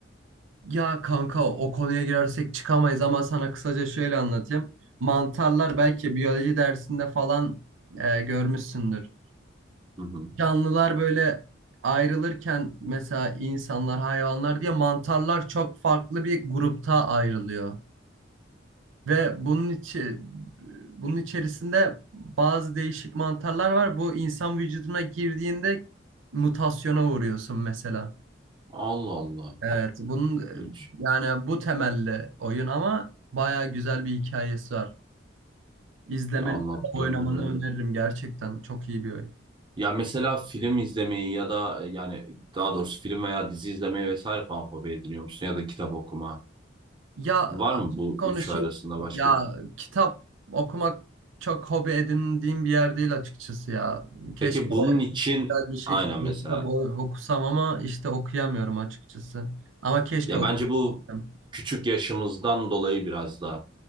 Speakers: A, on the right; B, on the right.
A: ya kanka o konuya girersek çıkamayız ama sana kısaca şöyle anlatayım. Mantarlar belki biyoloji dersinde falan e, görmüşsündür
B: Hı hı.
A: canlılar böyle ayrılırken mesela insanlar, hayvanlar diye mantarlar çok farklı bir grupta ayrılıyor. Ve bunun içi, bunun içerisinde bazı değişik mantarlar var. Bu insan vücuduna girdiğinde mutasyona uğruyorsun mesela.
B: Allah Allah.
A: Evet, bunun
B: Hiç
A: e, yani bu temelli oyun ama bayağı güzel bir hikayesi var. İzlemeni,
B: ya anlattığın
A: oynamanı
B: üzerine.
A: öneririm gerçekten. Çok iyi bir oyun.
B: Ya mesela film izlemeyi ya da e, yani daha doğrusu film veya dizi izlemeyi vesaire falan hobi ediniyor musun? Ya da kitap okuma.
A: Ya açık
B: Var mı bu
A: konuşayım.
B: üçü arasında başka
A: Ya
B: bir?
A: kitap okumak çok hobi edindiğim bir yer değil açıkçası ya. Keşke
B: Peki bunun için
A: güzel bir şekilde
B: aynen mesela.
A: kitap o- okusam ama işte okuyamıyorum açıkçası. Ama keşke
B: Ya
A: okuyabilsem.
B: bence bu küçük yaşımızdan dolayı biraz da